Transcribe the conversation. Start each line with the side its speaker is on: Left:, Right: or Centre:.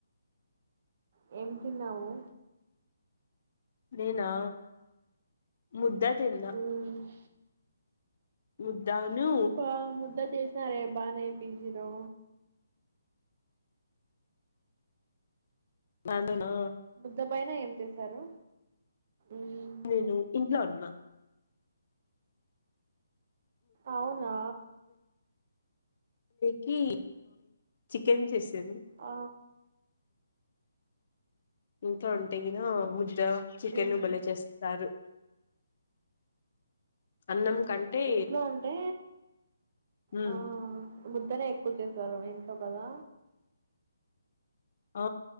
Right: వెలుతున్నావా
Left: నినా ముద్ద తిన్నా
Right: మ్మ్
Left: ముద్దాను
Right: ముద్దు ముద్ద చేసినారే బానే పీజీలో.
Left: హాలిడే నా
Right: ముద్ద పైన ఏం చేశారు ఉమ్,
Left: నేను ఇంట్లో ఉన్నా
Right: అవునా
Left: కి చికెన్ చేసా తెల్ద్
Right: ఆ
Left: ఇంట్లో ఉంటే గినా ముద్ద చికెన్
Right: ఇన్
Left: బలే చేస్తారు అన్నం కంటే
Right: ఇంట్లో అంటే
Left: ఉమ్
Right: ఆ ముద్దనే చేసారు ఇంట్లో కదా
Left: ఆ